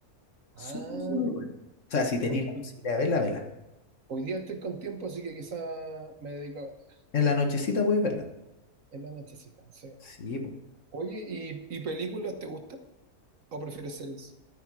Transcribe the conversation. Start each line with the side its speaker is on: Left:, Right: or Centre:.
Right: ah,
Left: Súper súper
Right: mira.
Left: buena. O sea, si tenéis
Right: Oye,
Left: la posibilidad de verla, verla.
Right: Hoy día estoy con tiempo, así que quizá me dedico a verla.
Left: En la nochecita podéis verla.
Right: En la nochecita, sí.
Left: Sí, po.
Right: Oye, ¿y, y películas te gustan? ¿O prefieres series?